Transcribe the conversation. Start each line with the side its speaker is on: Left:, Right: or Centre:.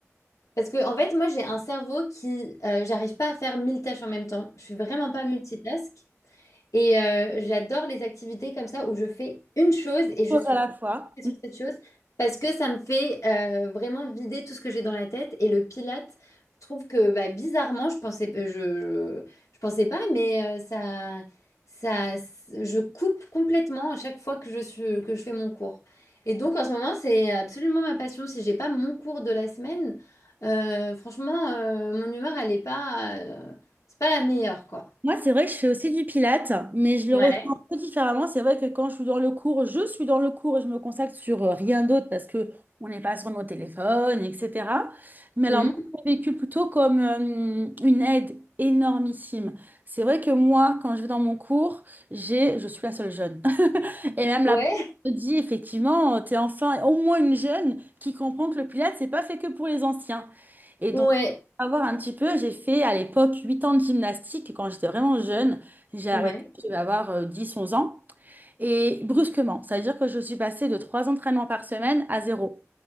Left: Parce que en fait, moi j'ai un cerveau qui, euh, j'arrive pas à faire mille tâches en même temps. Je suis vraiment pas multitask. Et euh, j'adore les activités comme ça où je fais une chose et je
Right: chose
Left: suis
Right: à la fois.
Left: sur cette chose parce que ça me fait euh, vraiment vider tout ce que j'ai dans la tête. Et le Pilate, je trouve que bah, bizarrement, je pensais, euh, je, je, je pensais pas, mais euh, ça, ça, je coupe complètement à chaque fois que je suis, que je fais mon cours. Et donc en ce moment, c'est absolument ma passion. Si j'ai pas mon cours de la semaine, euh, franchement, euh, mon humeur, elle est pas, euh, c'est pas la meilleure, quoi.
Right: Moi, c'est vrai que je fais aussi du pilates, mais je
Left: Ouais.
Right: le ressens un peu différemment. C'est vrai que quand je suis dans le cours, je suis dans le cours et je me consacre sur euh, rien d'autre parce que on n'est pas sur nos téléphones, etc. Mais
Left: Mhm.
Right: alors, moi, je l'ai vécu plutôt comme euh, une aide énormissime. C'est vrai que moi, quand je vais dans mon cours, j'ai, je suis la seule jeune. Et même
Left: Ouais.
Right: la prof te dit, effectivement, tu es enfin au moins une jeune qui comprend que le Pilates, c'est pas fait que pour les anciens. Et
Left: Ouais.
Right: donc, pour avoir un petit peu, j'ai fait à l'époque 8 ans de gymnastique quand j'étais vraiment jeune. J'ai arrêté,
Left: Ouais.
Right: je vais avoir euh, 10-11 ans. Et brusquement, ça veut dire que je suis passée de 3 entraînements par semaine à zéro.